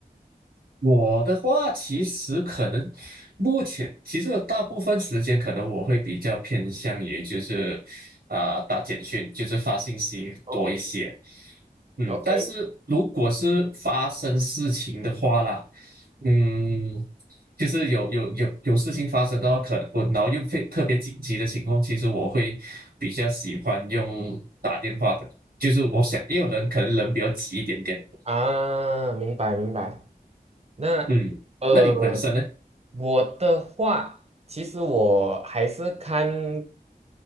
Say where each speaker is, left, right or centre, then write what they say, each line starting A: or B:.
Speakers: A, on the right; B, on the right.
A: 我的话其实可能目前其实大部分时间可能我会比较偏向于就是啊、打简讯，就是发信息多一些。
B: ？OK
A: 嗯，
B: OK
A: 但是如果是发生事情的话啦，嗯，就是有有有有事情发生的话，可能我然后又非特别紧急的情况，其实我会比较喜欢用打电话的，就是我想，因为人可能人比较急一点点。
B: 啊，明白明白。那
A: 嗯，
B: 呃，
A: 那你本身呢？
B: 我的话，其实我还是看。